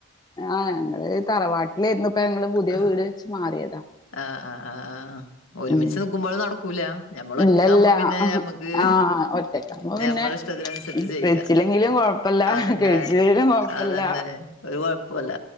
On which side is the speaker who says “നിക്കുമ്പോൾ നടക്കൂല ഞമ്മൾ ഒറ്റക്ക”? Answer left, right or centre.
Left